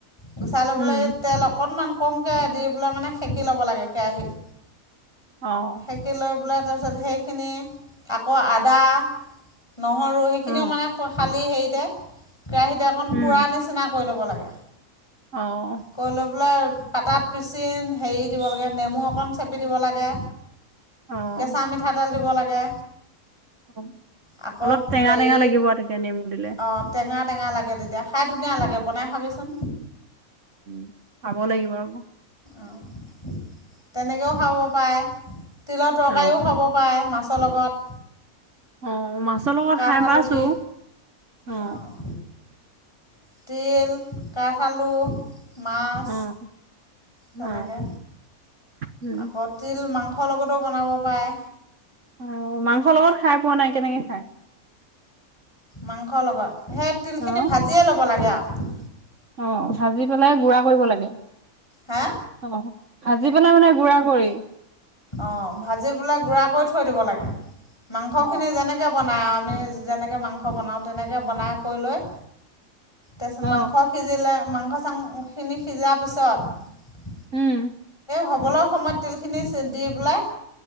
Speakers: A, on the left; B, on the right.
A: গুচাই ল'বলৈ
B: উম,
A: তেলক অকণমান কমকে দি পেলাই মানে সেকি ল'ব লাগে কেৰাহীত।
B: অ'।
A: ঢাকি লৈ পেলাই তাৰপিছত সেইখিনি আকৌ আদা নহৰু সেইখিনিও
B: অ
A: মানে খালি হেৰিতে কেৰাহীতে অকণ
B: উম,
A: পূৰা নিচিনা কৈ ল'ব লাগে।
B: অ'।
A: কৈ লৈ পেলাই পাতাত পিচি হেৰি দিব লাগে নেমু অকণ চেপি দিব লাগে।
B: অ'।
A: কেঁচা মিঠাতেল দিব লাগে।
B: অ',
A: আকৌ
B: অলপ টেঙা
A: হেৰি
B: টেঙা লাগিব তেতিয়া নেমু দিলে।
A: অঁ টেঙা টেঙা লাগে তেতিয়া খাই ধুনীয়া লাগে বনাই খাবিচোন।
B: উম, খাব লাগিব আ
A: অহ, তেনেকৈও খাব পাৰে তিলৰ তৰকাৰীও
B: অ',
A: খাব প পাৰে মাছৰ লগত।
B: অ', মাছৰ লগত
A: কাঠ
B: খাই
A: আলু
B: পাইছো
A: দি
B: অ'।
A: অঁ তিল কাঠ আলু। মাছ
B: অ',
A: তেনেকে
B: অ', উম,
A: আকত তিল মাংসৰ লগতো বনাব পাৰে।
B: অ', মাংসৰ লগত খাই পোৱা নাই, কেনেকে খাই?
A: মাংসৰ লগত সেই তিলখিনি
B: অ'।
A: ভাজিয়ে ল'ব লাগে আৰু।
B: অ', ভাজি পেলাই গুৰা কৰিব লাগে।
A: হা
B: অ ভাজি পেলাই মানে গুৰা কৰি
A: অঁ ভাজি পোলে গুড়া কৰি থৈ দিব লাগে মাংসখিনি
B: অ
A: যেনেকৈ তেনেকৈ বনায় আৰু আমি যেনেকৈ মাংস বনাওঁ তেনেকৈ বনাই কৰি লৈ তাৰপিছত
B: অ
A: মাংস সিজিলে মাংস চাংখিনি সিজাৰ পিছত
B: উম
A: হবলক সময়ত তিলখিনি দি পেলাই